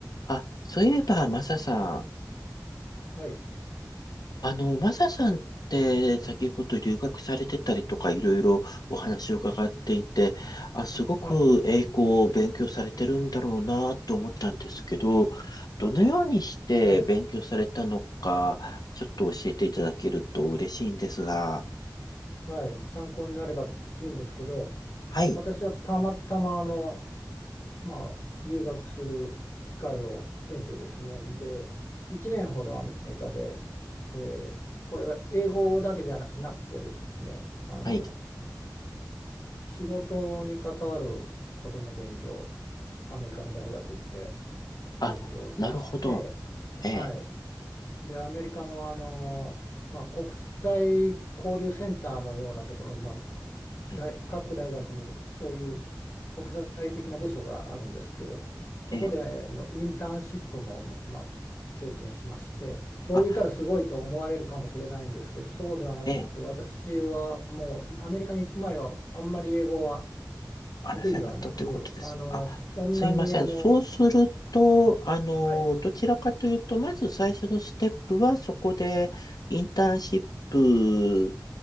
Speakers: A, on the left; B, on the left.
A: あ、そういえば、マサさん。
B: はい、
A: あの、マサさんって先ほど留学されてたりとかいろいろお話を伺っていて、あ、すごく英語を勉強されてるんだろうなと思ったんですけど、
B: はい、
A: どのようにして勉強されたのか、
B: はい、
A: ちょっと教えていただけると嬉しいんですが。
B: はい、参考になればいいんですけど、
A: はい、
B: 私はたまたまあの、まあ、留学する機会を得てですね、で、1年ほどアメリカで、えーこれが英語だけじゃななくてですね、あの、
A: はい。
B: 仕事に関わることも勉強、アメリカの大学で
A: あ、
B: 勉強しまして、
A: なるほど。ええ、
B: はい、で、アメリカの、あの、まあ、国際交流センターのようなところに、まあ、大、
A: はい
B: 各大学にそういう国際的な部署があるんですけど、そこでのインターンシップも、
A: ええ、
B: ままあ、経験しまして、そう言ったらすごいと思われるかもしれないんですけど、
A: あ、
B: そうではなくて、
A: ええ。
B: 私はもうアメリカに行く前はあんまり英語は
A: 話せなかったということですね。
B: 得意ではなく、あの、
A: あ、
B: そんなにあの、
A: すいません。そうすると、あの、
B: はい、
A: どちらかというと、まず最初のステップは、そこでインターンシップ